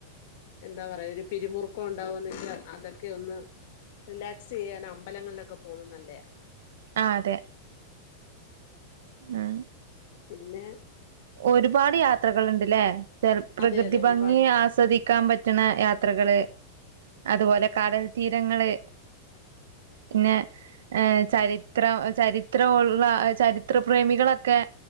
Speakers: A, on the left; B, on the right.
A: എന്താ പറയാ ഒരു പിരിമുറുക്കം ഉണ്ടാവുന്നീല് അതൊക്കെ ഒന്ന് റിലാക്സ് ചെയ്യാൻ അമ്പലങ്ങളിലൊക്കെ പോകുന്നെ നല്ലെയാ
B: ആഹ് അതെ ഉം
A: പിന്നെ
B: ഒരുപാട് യാത്രകൾ ഉണ്ട്ല്ലേ <unintelligible> പ്രകൃതി
A: അതെ അതെ
B: ഭംഗി
A: ഒരുപാട്
B: ആസ്വദിക്കാൻ പറ്റ റ്റ്ണ യാത്രകള് അതുപോലെ കടൽ തീരങ്ങള് പിന്നെ ഏ ചരിത്രം ചരിത്രവുള്ള ചരി ത്രപ്രേമികളൊക്കെ